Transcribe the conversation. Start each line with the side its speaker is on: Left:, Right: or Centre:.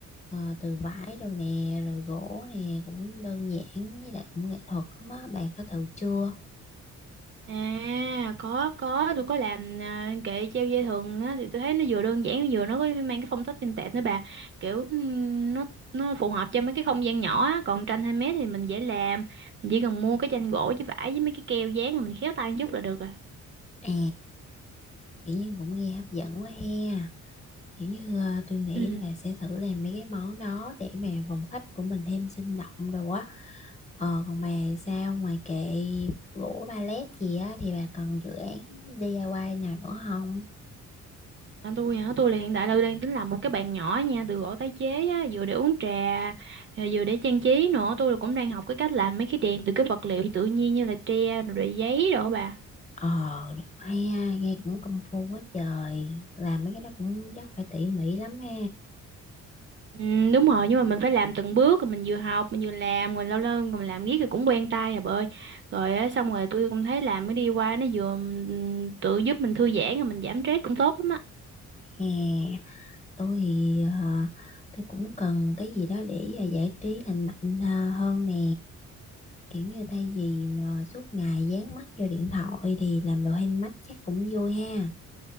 Left: ờ, từ vải đâu nè rồi gỗ nè cũng đơn giản với lại cũng nghệ thuật lắm á bà có thử chưa
Right: à có có tôi có làm à, kệ treo dây thừng á thì tôi thấy nó vừa đơn giản vừa nó có mang cái phong cách vintage nữa bà kiểu ừm, nó nó phù hợp cho mấy cái không gian nhỏ á còn tranh 2 mét thì mình dễ làm mình chỉ cần mua cái tranh gỗ với vải với mấy cái keo dán rồi mình khéo tay một chút là được à
Left: à kiểu như cũng nghe hấp dẫn quá he kiểu như ờ, tôi nghĩ
Right: ừ
Left: là sẽ thử làm mấy cái món đó để mà phòng khách của mình thêm sinh động rồi á ờ, còn bà sao ngoài kệ gỗ pallet gì á thì bà cần dự án DIY nào nữa không
Right: À, tôi hả tôi là hiện tại là tôi đang tính làm một cái bàn nhỏ nha từ gỗ tái chế á, vừa để uống trà rồi vừa để trang trí nữa tôi cũng đang học cái cách làm mấy cái đèn từ cái vật liệu tự nhiên như là tre rồi rồi giấy đồ á bà
Left: ờ hay ha, nghe cũng công phu quá trời làm mấy cái đó cũng chắc phải tỉ mỉ lắm ha
Right: ừ, đúng rồi nhưng mà mình phải làm từng bước rồi mình vừa học mình vừa làm rồi lâu lâu mình làm riết rồi cũng quen tay à bà ơi rồi á, xong rồi tôi cũng thấy làm cái đi qua nó vừa ừm, tự giúp mình thư giãn rồi mình giảm stress cũng tốt lắm á
Left: hè tôi thì ờ, tôi cũng cần cái gì đó để ờ, giải trí lành mạnh ờ, hơn nè kiểu như thay vì ờ, suốt ngày dán mắt vô điện thoại thì làm đồ handmade chắc cũng vui ha